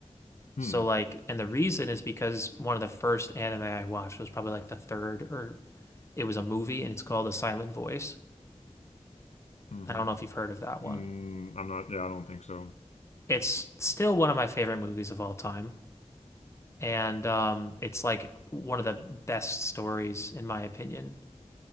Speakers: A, on the left (about 70°); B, on the left (about 25°).
A: Hmm.
B: So like and the reason is because one of the first anime I watched was probably like the third or it was a movie and it's called The Silent Voice.
A: Mm-hmm.
B: I don't know if you've heard of that
A: Mm,
B: one.
A: I'm not, yeah, I don't think so.
B: It's still one of my favorite movies of all time, and um, it's like one of the best stories in my opinion.